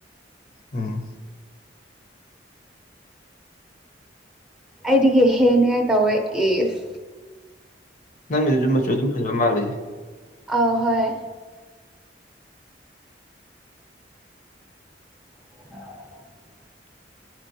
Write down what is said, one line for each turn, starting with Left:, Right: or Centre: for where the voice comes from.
Left: ꯎꯝ
Centre: ꯑꯩꯗꯒꯤ ꯍꯦꯅꯤꯡꯉꯥꯏ ꯇꯧꯋꯦ ꯑꯦꯁ
Left: ꯅꯪꯒꯤꯗꯤꯁꯨꯨꯝ ꯃꯆꯨ ꯑꯗꯨꯝ ꯐꯖꯕ ꯃꯥꯜꯂꯦ
Centre: ꯑ ꯍꯣꯏ ꯎ